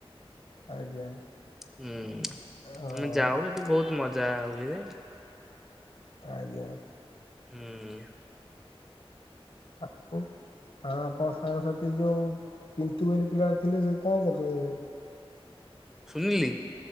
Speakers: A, on the left; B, in the centre.
A: ଆଜ୍ଞା
B: ହୁଁ
A: ହଁ
B: ଆମେ ଯାଉ ହେଟି ବହୁତ ମଜା ଜା ହୁଏ।
A: ଆଜ୍ଞା।
B: ହୁଁ।
A: ଆ ହୋ ହଁ ଆପଣ ସାଙ୍ଗ ସାଥି ହେଇକି ଯାଅ ସେଠି <unintelligible>
B: ସୁନିଲି।